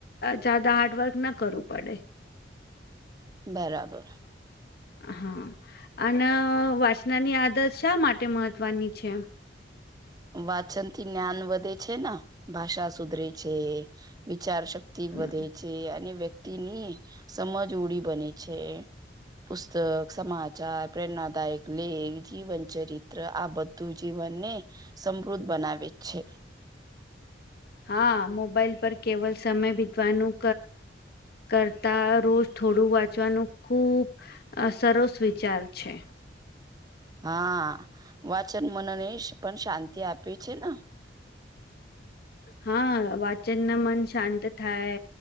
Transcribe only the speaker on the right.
બરાબર
વાચન થી જ્ઞાન વધે છે ને ભાષા સુધરે છે વિચાર શક્તિ
વધે છે અને વ્યક્તિની સમજ ઓડી બને છે પુસ્તક સમાચાર પ્રેરણાદાયક લેખ જીવન ચરિત્ર આ બધું જીવનને સમૃદ્ધ બનાવે છે
હા વાચન મનને પણ શાંતિ આપી છે ને. <inaudible>